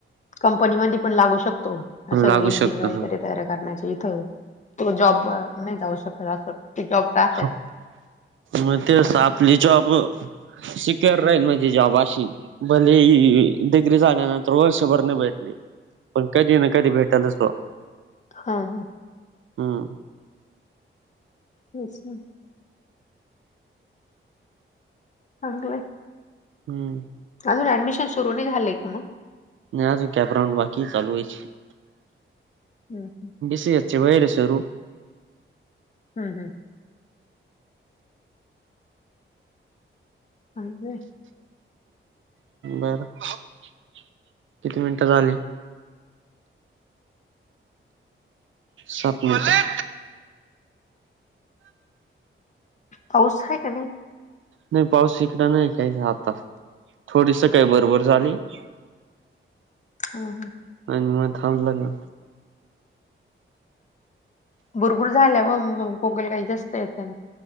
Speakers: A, on the left; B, on the right.
A: कंपनीमधी पण लागू शकतो. असं
B: लागू
A: इंजिनिर
B: शकत
A: वगैरे
B: ह
A: तयार करण्याची इथं. तो जॉब नाही जाऊ शकत. अस ते जॉब. राहतात
B: हा म ते सापली चॉप <unintelligible> राहील म्हणजे जॉब <unintelligible> भले डग्री झाल्यानंतर वर्षभरने भेटली. पण कधी ना कधी भेटायलाचव.
A: हा हा.
B: हम.
A: अच्ा. चांगलंय.
B: हम्म.
A: अजून ऍडमिशन सुरू नाही झालंय का मग
B: नाही आज कॅप राऊंड बाकी लू आहेचे.
A: हम् हम्.
B: सीचे वैरसर
A: हम् हम्. हजे.
B: बर किती मिनिटं झाली. सात मता
A: पाऊस आहे का नाही.
B: नाही पाऊस शिकड नाही का्यायच आता थोडी स काही बरोबर झाली. <unintelligible>
A: हम ह.
B: आणि मग थांबलं जा.
A: भुरबुर झाल्या व गकल काही जास्त आहे त्यां.